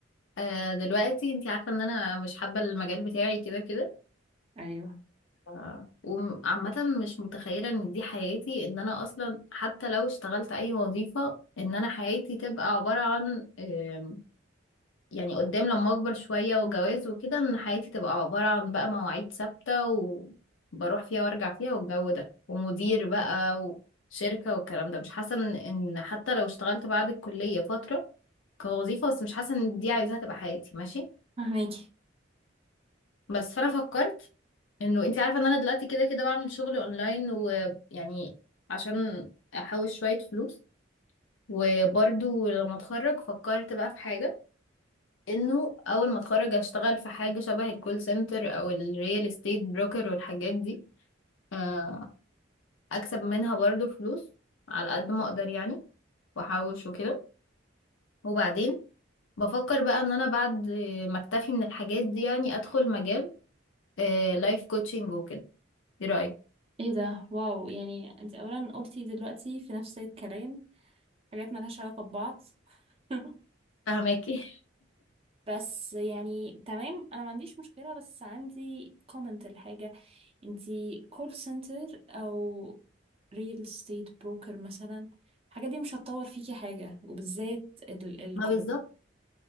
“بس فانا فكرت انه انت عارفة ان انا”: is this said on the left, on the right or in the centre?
Left